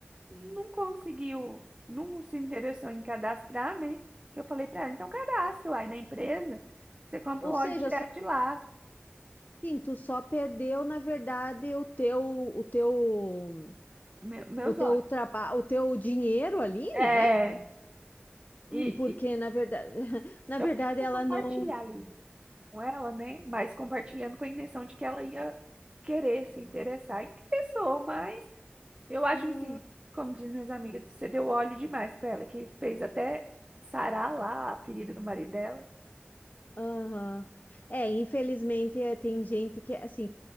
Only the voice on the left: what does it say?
Ou
seja,
só
assim, tu só perdeu, na verdade, o teu, o teu
o teu
trabalho, o teu dinheiro ali,
né?
Hum, Porque
na verdade, <laughs> na
verdade
ela
não.
Ah,
aham. É, infelizmente é, tem gente que assim,